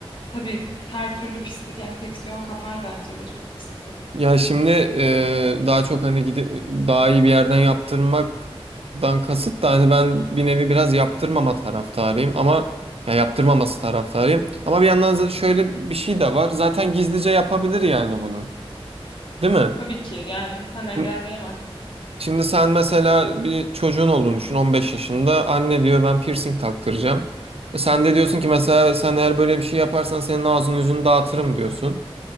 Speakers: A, on the left; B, on the right.
A: tabii her türlü pislik, enfeksiyon kapar bence de çok riskli.
B: Ya şimdi eee, daha çok hani gide, daha iyi bir yerden yaptırmaktan kasıt da hani ben bir nevi biraz yaptırmama taraftarıyım ama ya yaptırmaması taraftarıyım. Ama bir yandan za- şöyle bir şey de var. Zaten gizlice yapabilir yani bunu. Değil mi?
A: Tabii ki yani sen engelleyemezsin.
B: Şimdi şimdi sen mesela bir çocuğun olduğunu düşün 15 yaşında. Anne diyor ben piercing taktıracağım. E sen de diyorsun ki mesela sen eğer böyle bir şey yaparsan senin ağzını yüzünü dağıtırım diyorsun.